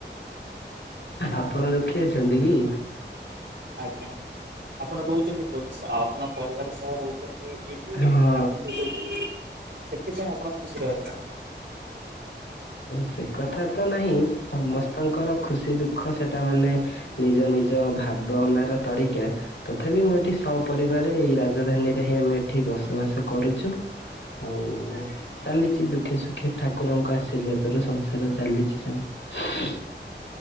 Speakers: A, on the left; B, on the right.
A: ଆପଣ ଦୁଃଖୀ ଅଛନ୍ତି କି?
B: ଆଜ୍ଞା ଆପଣ ରହୁଛନ୍ତି କୋଉଠି ସହ ଆପଣ ପରିବାର ସହ ରହୁଛନ୍ତି। ଏଇଠୁ ଏ
A: ହଁ
B: ମାନେ ଆପଣ ଯୋଉ କହୁଛନ୍ତି ସେଥିପାଇଁ ଆପଣ ଖୁସିରେ ଅଛନ୍ତି।
A: ସେ କଥା ତ ନାହିଁ ସମସ୍ତଙ୍କର ଖୁସି ଦୁଃଖ ସେଟା ମାନେ ନିଜ ନିଜ ଭାବନାର ତରିକା ତଥାପି ମୁଁ ଏଠି ସପରିବାର ଏଇ ରାଜଧାନୀରେ ହିଁ ଆମେ ଏଠି ବସବାସ କରୁଛୁ ଆଉ ଚାଲିଛି ଦୁଃଖେ ସୁଖେ ଠାକୁର ଆଶୀର୍ବାଦ ରୁ ସଂସାର ଚାଲିଛି ସେମିତି।